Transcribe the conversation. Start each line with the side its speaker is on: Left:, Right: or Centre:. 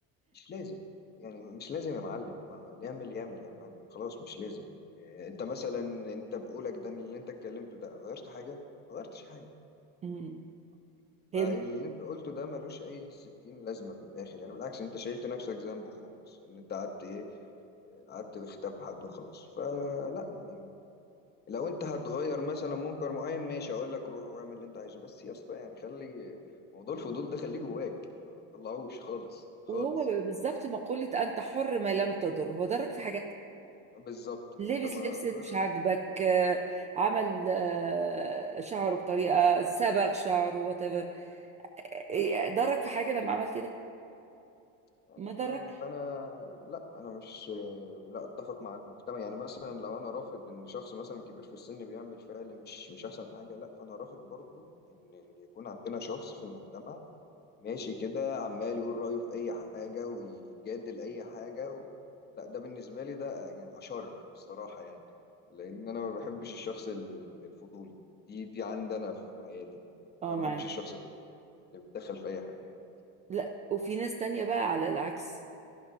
Left: مش لازم يعني مش لازم يا معلم ما- اللي يعمل يعمل يا معلم خلاص مش لازم إيه، انت مثلا انت بقولك ده اللي انت اتكلمته ده غيرت حاجة ما غيرتش حاجة
Right: مم. هي
Left: فاللي
Right: مش-
Left: انت قلته ده ملوش اي ستين لازمة في الاخر يعني بالعكس انت شايلت نفسك ذنب وخلاص ان انت قعدت ايه قعدت تغتاب حد وخلاص فلا يعني لو انت هتغير مثلا منكر معين ماشي اقول لك روح واعمل اللي انت عايزه بس يا اسطى يعني خلي موضوع الفضول ده خليه جواك ما تطلعوش خالص خالص
Right: وهو بالظبط مقولة أنت حر ما لم تضر هو ضرك في حاجة
Left: بالظبط
Right: لبس
Left: انت ما
Right: لبس
Left: مغرب
Right: مش عاجبك آه، عمل آه، شعره بطريقة صبغ شعره whatever إيه ضرك في حاجة لما عمل كده
Left: أيوة،
Right: ما ضرك
Left: فانا لا انا مش لا اتفق مع المجتمع يعني مثلا لو انا رافض ان شخص مثلا كبير في السن بيعمل فعل مش مش احسن حاجه لا فانا رافض برضو ان ان يكون عندنا شخص في المجتمع ماشي كده عمال يقول رايه في اي حاجه ويجادل اي حاجه و... لا ده بالنسبه لي ده يعني اشر بصراحه يعني لان انا ما بحبش الشخص ال- الفضولي دي دي عندنا في حياتي عموما يعني
Right: اه
Left: انا ما
Right: معاك
Left: بحبش الشخص اللي بيتدخل في اي حاجه
Right: لا وفي ناس تانية بقى على العكس